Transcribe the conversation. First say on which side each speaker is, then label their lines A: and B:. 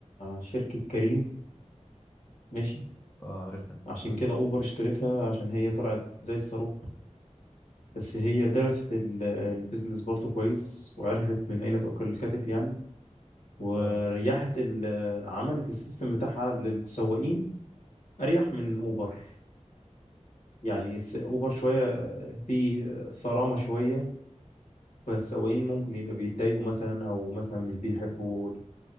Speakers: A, on the left; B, on the left.
A: شركة كريم ماشي
B: اه عارفها
A: عشان
B: مم.
A: كده اوبر اشتريتها عشان هي طلعت زي الصاروخ بس هي درست ال- البيزنس برضه كويس وعرفت من اين تأكل الكتف يعني وريحت
B: اه
A: ال- عملت السيستم بتاعها للسواقين اريح من اوبر يعني س- اوبر شويه في صرامه شويه فالسواقين ممكن يبقى بيتضايقوا مثلا او مثلا مش بيحبوا